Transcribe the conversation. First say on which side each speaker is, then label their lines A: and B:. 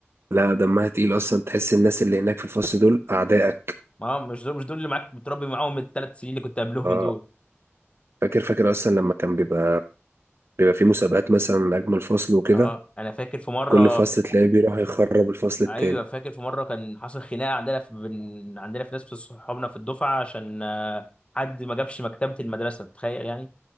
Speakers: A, on the right; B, on the left.
A: لا دمها تقيل اصلا تحس الناس اللي هناك في الفصل دول اعدائك
B: ما مش دول مش دول اللي معاك بتربي معاهم الثلاث سنين اللي كنت قبلهم
A: اه
B: دول،
A: فاكر فاكر اصلا لما كان بيبقى بيبقى في مسابقات مثلا اجمل فصل وكده
B: اه انا فاكر في مرة
A: كل فصل تلاقيه بيروح يخرب الفصل التاني
B: ايوه فاكر في مره كان حصل خناقه عندنا في بين عندنا في ناس في صحابنا في الدفعه عشان آه، حد ما جابش مكتبه المدرسه تخيل يعني